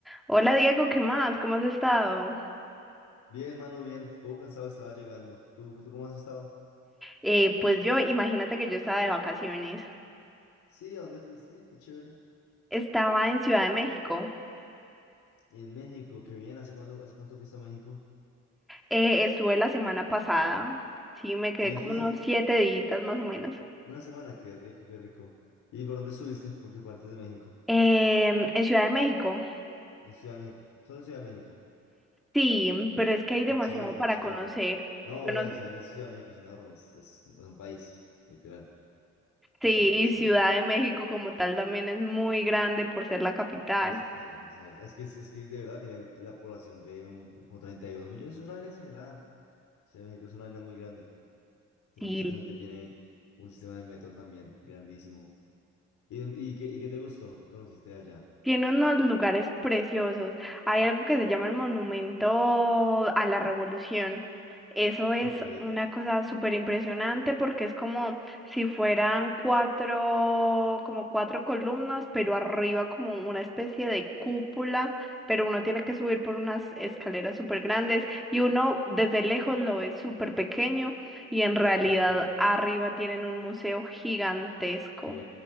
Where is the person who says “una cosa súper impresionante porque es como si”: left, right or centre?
Centre